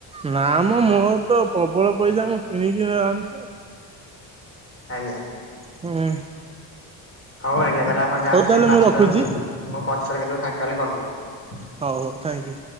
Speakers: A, on the right; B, on the left.
A: ନା ମ ମୋର ତ ପ୍ରବଳ ପଇସା ମୁଁ କିଣିକି ଆନ୍ତେ?
B: ଆଜ୍ଞା।
A: ହୁଁ।
B: ହଉ ଆଜ୍ଞା ତାହେଲେ ଆପଣ ଯାଆନ୍ତୁ
A: ହଉ ତାହେଲେ
B: ସେଠି ମାଛ
A: ମୁଁ ରଖୁଛି
B: ଧରନ୍ତୁ ମୁଁ ପଛରେ କେତେବେ ଫାଙ୍କା ହେଲେ କଲ କରିବି?
A: ହଉ ହଉ ଥ୍ୟାଙ୍କ ୟୁ।